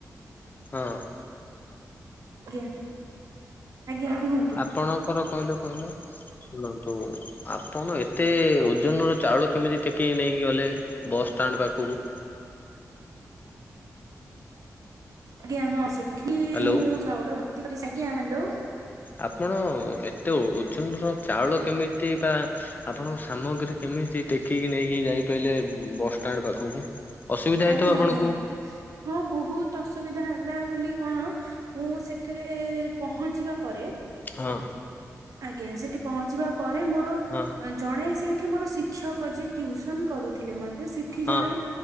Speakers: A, on the left; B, on the right.
A: ହଁ।
B: ଆଜ୍ଞା ଆଜ୍ଞା କୁହନ୍ତୁ?
A: ଆପଣଙ୍କର କହିଲ କହିଲ ଶୁଣନ୍ତୁ ଆପଣ ଏତେ ଓଜନର ଚାଉଳ କେମିତି ଟେକିକି ନେଇକି ଗଲେ ବସ୍ ଷ୍ଟାଣ୍ଡ ପାଖକୁ।
B: ଆଜ୍ଞା ହଁ ସେଠି
A: ହ୍ୟାଲୋ।
B: ମୁଁ ଚାଉଳ ଭର୍ତି କରି ଆଜ୍ଞା ହ୍ୟାଲୋ।
A: ଆପଣ ଏତେ ଓଜନ ର ଚାଉଳ କେମିତି ବା ଆପଣଙ୍କ ସାମଗ୍ରୀ କେମିତି ଟେକିକି ନେଇକି ଯାଇପାଇଲେ ବସଷ୍ଟାଣ୍ଡ ପାଖକୁ? ଅସୁବିଧା ହେଇଥିବ
B: ଆଜ୍ଞା
A: ଆପଣଙ୍କୁ
B: ଆଜ୍ଞା ହଁ ବହୁତ ଅସୁବିଧା ହେଲା ବୋଲି କଣ ମୁଁ ସେଠାରେ ପହଞ୍ଚିବା ପରେ
A: ହଁ।
B: ଆଜ୍ଞା ସେଠି ପହଞ୍ଚିବା ପରେ ମୋର
A: ହଁ।
B: ଜଣେ ସେଇଠି ମୋର ଶିକ୍ଷକ ଯିଏ ଟିଉସନ୍ କରୁଥିଲେ ମତେ ସେଠି
A: ହଁ
B: ଜଣେ